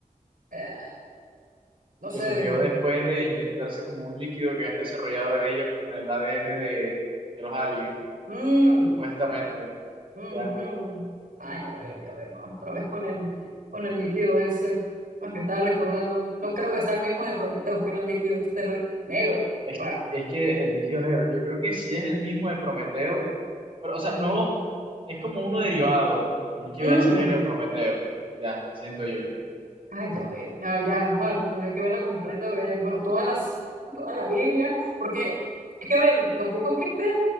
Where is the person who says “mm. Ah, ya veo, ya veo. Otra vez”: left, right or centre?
Right